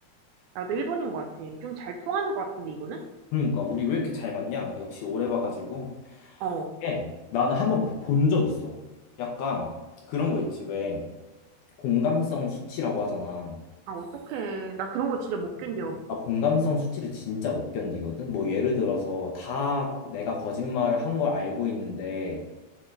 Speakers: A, on the right (about 80°); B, on the left (about 70°).
A: 나도 1번인 것 같아. 좀 잘 통하는 것 같은데, 이거는?
B: 그러니까, 우리 왜 이렇게 잘 맞냐? 역시 오래 봐가지고.
A: 어,
B: 예, 나는 한 번 본 적 있어. 약간 그런 거 있지. 왜 공감성 수치라고 하잖아.
A: 아, 어떡해. 나 그런 거 진짜 못 견뎌.
B: 나 공감성 수치를 진짜 못 견디거든? 뭐 예를 들어서 다 내가 거짓말을 한 걸 알고 있는데